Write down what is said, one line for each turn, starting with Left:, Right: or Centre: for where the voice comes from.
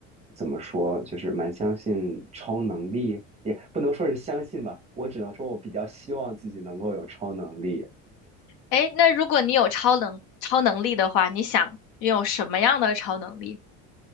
Right: 怎么说，就是蛮相信超能力，也不能说是相信吧，我只能说我比较希望自己能够有超能力。
Left: 哎，那如果你有超能超能力的话，你想拥有什么样的超能力？